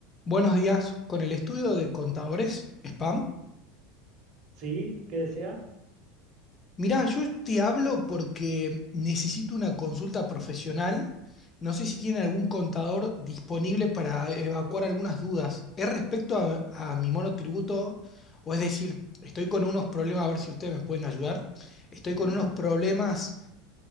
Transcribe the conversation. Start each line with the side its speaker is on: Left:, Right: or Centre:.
Left: Buenos días, con el estudio de contadores, Spam.
Right: Sí, ¿qué desea?
Left: Mirá, yo te hablo porque necesito una consulta profesional. No sé si tiene algún contador disponible para evacuar algunas dudas. Es respecto a, a mi monotributo, o es decir, estoy con unos problemas, a ver si ustedes me pueden ayudar. Estoy
Right: Bueno,
Left: con unos problemas